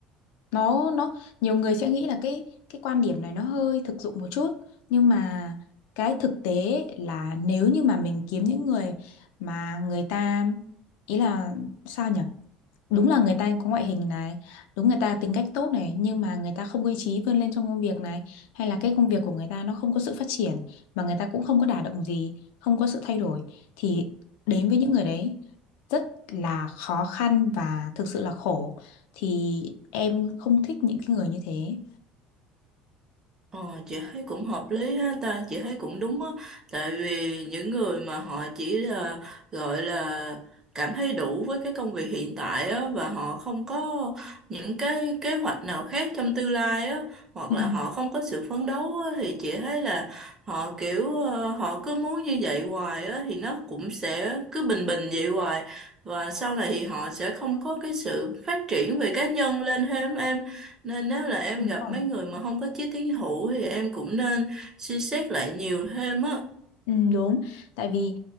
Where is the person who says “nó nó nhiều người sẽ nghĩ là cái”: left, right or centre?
Left